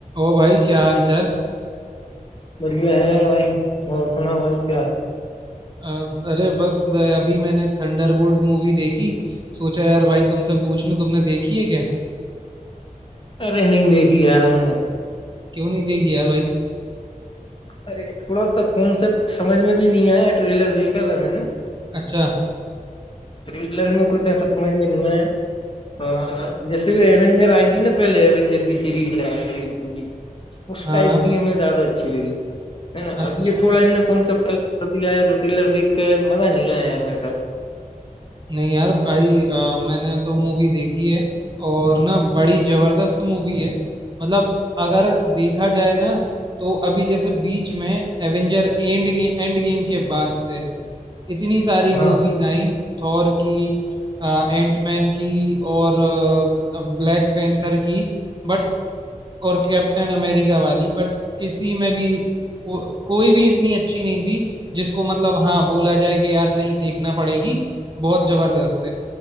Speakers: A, on the right; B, on the left.
A: ओ भाई क्या हाल चाल
B: बढ़िया है भाई और सुना भाई क्या है
A: अ, अरे बस मैं- अभी मैंने थंडरबोल्ट मूवी देखी सोचा यार भाई तुमसे पूछ लूं तुमने देखी है क्या
B: अरे नहीं देखी यार हमने
A: क्यों नहीं देखी यार भाई
B: अरे थोड़ा सा कॉन्सेप्ट समझ में भी नहीं आया ट्रेलर देखा था मैंने
A: अच्छा
B: ट्रेलर में कुछ ऐसा समझ में नहीं आया अ, जैसे भी एवेंजर आई थी ना पहले एवेंजर की सीरीज आई थी उस
A: हाँ
B: टाइप
A: हाँ
B: की हमें ज्यादा अच्छी लगी है ना
A: अच्छा
B: अब ये थोड़ा इनने कॉन्सेप्ट अलग कर दिया है तो ट्रेलर देख के मजा नहीं आया यार वैसा
A: नहीं यार भाई अ, मैंने तो मूवी देखी है और ना बड़ी जबरदस्त मूवी है मतलब अगर देखा जाए ना तो अभी जैसे बीच में एवेंजर एंड गे, एंड गेम के बाद से इतनी सारी
B: हाँ
A: मूवीज आई थॉर की एंटमैन की और ब्लैक पैंथर की बट और कैप्टन अमेरिका वाली बट किसी में भी को, कोई भी इतनी अच्छी नहीं थी जिसको मतलब हाँ बोला जाए कि यार नहीं देखना पड़ेगी बहुत जबरदस्त है